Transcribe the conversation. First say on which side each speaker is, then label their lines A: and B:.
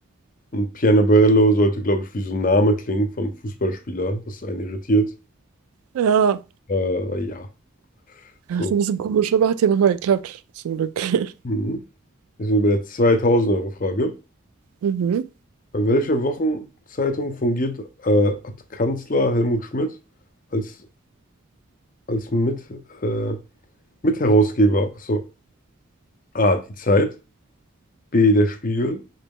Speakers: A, on the left; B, on the right.
A: Und Piano sollte, glaube ich, wie so ein Name klingen von Fußballspieler, das einen irritiert.
B: Ja.
A: Äh, ja, so.
B: Das ist ein bisschen komisch, aber hat ja nochmal geklappt. Zum Glück. <laughs>
A: Mhm. Wir sind bei der zweitausend euro frage
B: Mhm.
A: Bei welcher Wochenzeitung fungiert äh, Ad Kanzler Helmut Schmidt als, als Mit, äh, Mitherausgeber? Achso. A. Die Zeit. B. Der Spiegel.